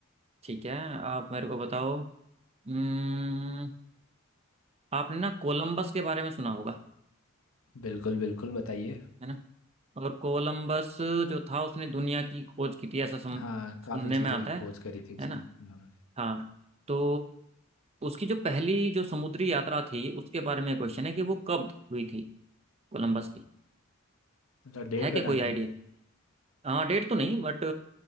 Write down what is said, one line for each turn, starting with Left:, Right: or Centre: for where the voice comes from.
Right: ठीक है आप मेरे को बताओ हम्म, आपने ना कोलंबस के बारे में सुना होगा
Left: बिल्कुल बिल्कुल बताइए
Right: है ना और कोलंबस जो था उसने दुनिया की खोज की थी ऐसा सम,
Left: हाँ
Right: सुनने
Left: काफ़ी चीज़ें
Right: में आता
Left: खोज
Right: है
Left: करी थी उसने
Right: है ना
Left: हाँ।
Right: हाँ तो उसकी जो पहली जो समुद्री यात्रा थी उसके बारे में क्वेश्चन है कि वो कब हुई थी कोलंबस की
Left: अच्छा डेट
Right: है क्या
Left: बतानी
Right: कोई आइडिया
Left: है
Right: हाँ डेट तो नहीं बट